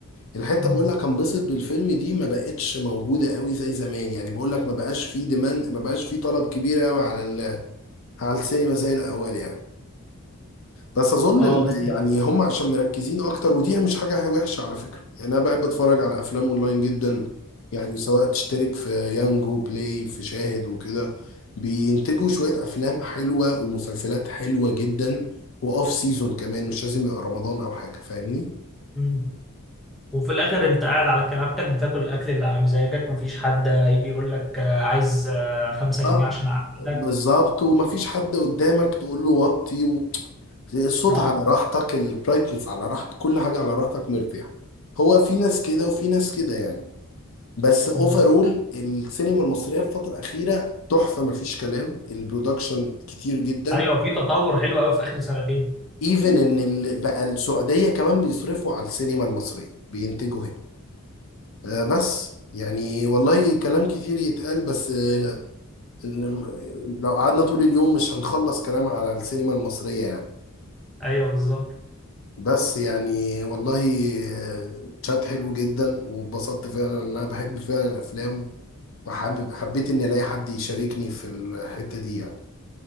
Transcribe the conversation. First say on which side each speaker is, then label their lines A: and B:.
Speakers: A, on the left; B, in the centre.
A: الحته
B: مم.
A: بقول لك انبسط بالفيلم دي ما بقتش موجوده قوي زي زمان يعني بقول لك ما بقاش في ديماند ما بقاش في طلب كبير قوي على ال- على السينما زي الاول يعني بس اظن
B: اه
A: ال-
B: بس
A: يعني هم عشان مركزين اكتر ودي مش حاجه وحشه على فكره يعني انا بحب اتفرج على افلام اونلاين جدا يعني سواء تشترك في يانجو بلاي في شاهد وكده بينتجوا شويه افلام حلوه ومسلسلات حلوه جدا واوف سيزون كمان مش لازم يبقى رمضان او حاجه فاهمني
B: مم. وفي الاخر انت قاعد على كنبتك بتاكل الاكل اللي على مزاجك مفيش حد يجي يقول لك آه، عايز آه، خمسة جنيه
A: اه
B: عشان اقعدك
A: بالظبط ومفيش حد قدامك تقول له وطي و... الصوت
B: اه
A: على راحتك البرايتنس على راحتك كل حاجه على راحتك مرتاح هو في ناس كده وفي ناس كده يعني بس اوفرول
B: مم.
A: السينما المصريه الفتره الاخيره تحفه مفيش كلام البرودكشن كتير جدا
B: ايوه في تطور حلو قوي في اخر سنتين
A: ايفن ان ال- بقى السعوديه كمان بيصرفوا على السينما المصريه بينتجوا هنا آه بس يعني والله كلام كتير يتقال بس آه إن- لو قعدنا طول اليوم مش هنخلص كلام على السينما المصريه يعني
B: ايوه بالظبط
A: بس يعني والله آه، تشات حلو جدا واتبسطت فعلا ان انا بحب فعلا الافلام وحابب حبيت اني الاقي حد يشاركني في الحته دي يعني